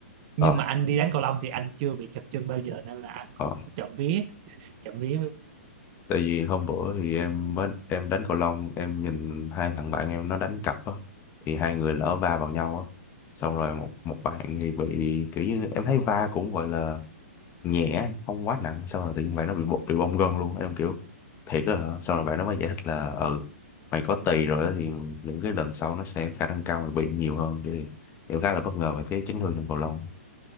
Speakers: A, on the right; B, on the left.
A: nhưng
B: ờ
A: mà anh đi đánh cầu lông thì anh chưa bị chật chân bao giờ nên là anh cũng
B: ờ
A: trộm vía trộm vía
B: tại vì hôm bữa thì em mới em đánh cầu lông em nhìn hai thằng bạn em nó đánh cặp á thì hai người lỡ va vào nhau á xong rồi một một bạn thì bị kiểu như em thấy va cũng gọi là nhẹ không quá nặng xong rồi tự nhiên vậy nó bị bột bị bong gân luôn em kiểu thiệt á hả xong rồi vậy nó mới giải thích là ừ mày có tỳ rồi á thì những cái lần sau nó sẽ khả năng cao mày bị nhiều hơn thì em khá là bất ngờ về cái chấn thương trong cầu lông